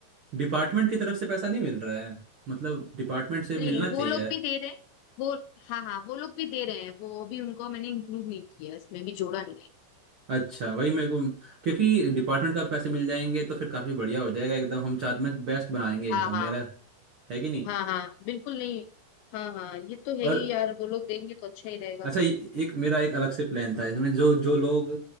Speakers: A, on the right; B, on the left.
A: डिपार्टमेंट की तरफ से पैसा नहीं मिल रहा है मतलब डिपार्टमेंट से
B: नहीं
A: मिलना
B: नहीं, वो
A: चाहिए
B: लोग भी दे रहे हैं वो हाँ हाँ वो लोग भी दे रहे हैं वो भी उनको मैंने इंक्लूड नहीं किया है, इसमें भी जोड़ा नहीं है
A: अच्छा वही मेरे को क्योंकि डिपार्टमेंट का पैसे मिल जाएंगे तो फिर काफ़ी बढ़िया हो जाएगा एकदम हम चाहते में बेस्ट बनाएंगे एकदम
B: हाँ हाँ
A: मेरा है कि नहीं
B: हाँ हाँ बिल्कुल नहीं हाँ हाँ ये तो
A: और
B: है ही यार वो लोग देंगे तो अच्छा ही रहेगा
A: अच्छा ये- एक मेरा एक अलग से प्लान था इसमें जो जो लोग